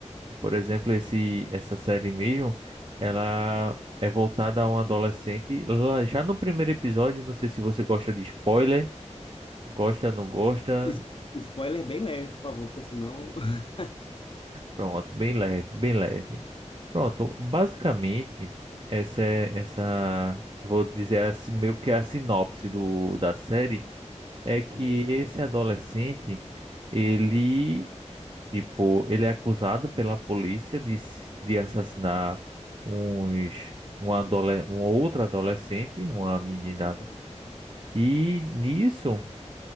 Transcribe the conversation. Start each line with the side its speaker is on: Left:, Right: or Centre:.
Right: Por exemplo, esse, essa série mesmo, ela é voltada a um adolescente. Lá, já no primeiro episódio, não sei se você gosta de spoiler, gosta, não gosta,
Left: Es- Spoiler bem leve, por favor, porque senão. <laughs>
Right: pronto, bem leve, bem leve. Pronto, basicamente, essa é essa, vou dizer assim, meio que a sinopse do, da série é que
Left: Beleza.
Right: esse adolescente, ele Tipo, ele é acusado pela polícia de, s- de assassinar uns, um, adole, um outro adolescente, uma menina.
Left: Então.
Right: E nisso,